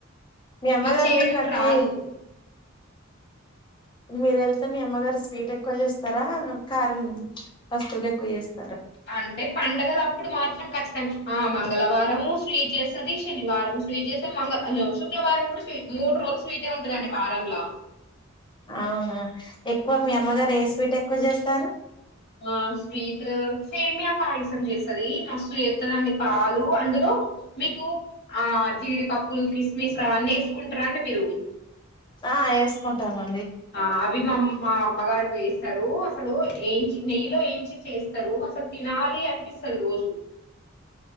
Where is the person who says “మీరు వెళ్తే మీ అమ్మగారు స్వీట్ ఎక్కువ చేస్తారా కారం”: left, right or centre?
Left